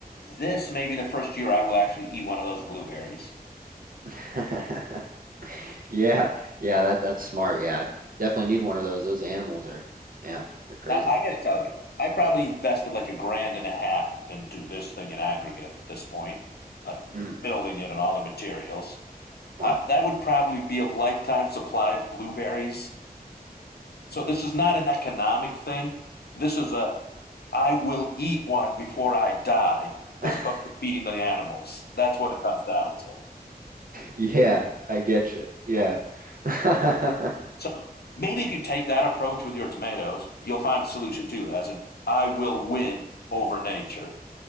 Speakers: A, on the left (about 80°); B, on the right (about 60°).
A: this may be the first year I will actually eat one of those blueberries.
B: <laughs> Yeah, yeah, that that's smart. Yeah, definitely need one of those. Those animals are, yeah, they're crazy.
A: Now, I got to tell you, I probably invested like a grand and a half into this thing in aggregate at this point, like
B: Mm,
A: building it and all the materials.
B: wow.
A: Uh, that would probably be a lifetime supply of blueberries. So this is not an economic thing. This is a I will eat one before I die, as
B: <laughs>
A: opposed to feeding the animals. That's what it comes down to.
B: Yeah, I get you. Yeah. <laughs>
A: So maybe if you take that approach with your tomatoes, you'll find a solution too, as in I will win over nature.